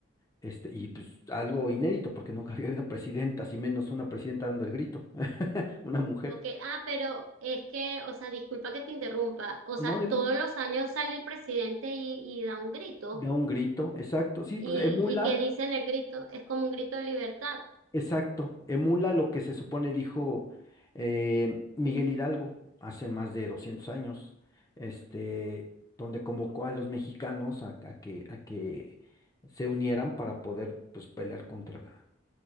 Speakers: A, on the left; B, on the right.
A: Este, y pues algo inédito, porque nunca <laughs> había habido presidentas, y menos una presidenta dando el grito, <laughs> una mujer.
B: Ok, ah, pero es que, o sea, disculpa que te interrumpa. O
A: No,
B: sea,
A: dime,
B: todos los años sale el presidente y, y da un grito.
A: da un grito, exacto. Sí,
B: Y,
A: pues emula
B: y que dicen el grito, es como un grito de libertad.
A: Exacto, emula lo que se supone dijo eh, Miguel Hidalgo hace más de 200 años, este, donde convocó a los mexicanos a, a que, a que se unieran para poder pues, pelear contra la,